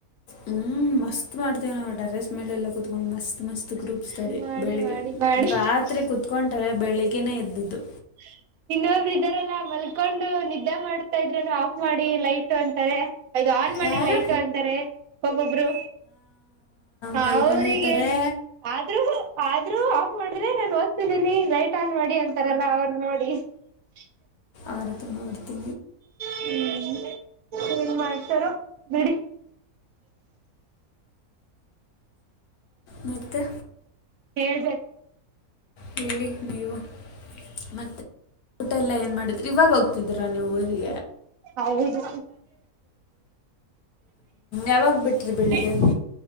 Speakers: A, on the left; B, on the right.
A: ಹ್ಞೂ ಮಸ್ತ್ ಮಾಡ್ತೇವಿ ನಾವು ಡ್ರೆಸ್ ಮೇಲೆಲ್ಲ ಕತ್ಕೊಂಡ್ ಮಸ್ತ್ ಮಸ್ತ್ ಗ್ರೂಪ್ ಸ್ಟಡಿ
B: ಮಾಡಿ
A: ಬೆಳಿಗ್ಗೆತ್
B: ಮಾಡಿ ಮಾಡಿ
A: ಕುತ್ಕೊೊಂಡರೆ ಬೆಳಗ್ನೇ ಇದ್ದದ್ದು
B: ಹ ಇನ್ನೊಬ್ಬರು ಇದಾರಲ್ಲ ಮಲ್ಕೊಂಡು ನಿದ್ದೆ ಮಾಡ್ತಾ ಇದ್ರನು ಆಫ್ ಮಾಡಿ ಲೈಟ್ ಅಂತಾರೆ ಅಯದು ಆನ್ ಮಾಡಿ
A: ಯಾರು
B: ಲೈಟ್ ಅಂತಾರೆ ಹೋಗೊಬ್ರು ಹ
A: ಮಲ್ಕೊಂಡಿರ್ತಾರೆ
B: ಅವ್ರಗ ಹೇಳಿ ಆದ್ರೂ ಆದ್ರೂ ಆಫ್ ಮಾಡಿದ್ರೆ ನಾನು ಓದ್ತಿದ್ದೀನಿ ಲೈಟ್ ಆನ್ ಮಾಡಿ ಅಂತಾರಲ್ಲ ಅವರು ಹ
A: ಆರ ತ ಮಾಡೋತಿ
B: ಹ್ಮ್ <unintelligible> ಏನ್ ಮಾಡ್ತಾರೋ ಬಿಡಿ
A: ಮತ್ತು
B: ಹೇಳ್ಬೇಕು
A: ಹೇಳಿ ನೀವು ಮತ್ತೆ ಊಟ ಎಲ್ಲ ಏನ್ ಮಾಡಿದ್ರಿ ಇವಾಗ ಹೋಗ್ತ ಇಧರ ನೀವುರಿ
B: ಹೌದು
A: ಯಾವಾಗ ಬಿಟ್ರಿ ಬೆಳಿಗ್ಗೆ
B: ಈಾಗಲ